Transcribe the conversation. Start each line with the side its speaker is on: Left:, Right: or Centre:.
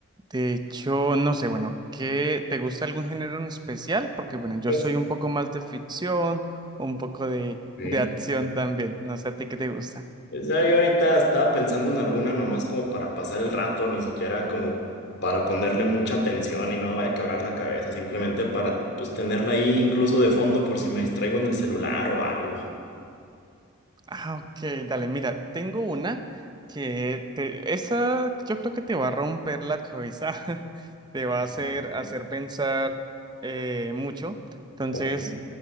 Right: de hecho, no sé, bueno, ¿qué te gusta algún género en especial? Porque bueno, yo
Left: Pues,
Right: soy un poco más de ficción, un poco de,
Left: ok.
Right: de acción también. No sé a ti qué te gusta.
Left: Pues ya yo ahorita estaba pensando en alguna nomás como para pasar el rato, ni siquiera como para ponerle mucha atención y no vaya a quebrar la cabeza, simplemente para pues tenerla ahí incluso de fondo por si me distraigo en el celular o algo.
Right: Ah, ok, dale, mira, tengo una que te, esa yo creo que te va a romper la cabeza, <laughs> te va
Left: Ujú.
Right: a hacer, hacer pensar eh, mucho. Entonces,
Left: Ok,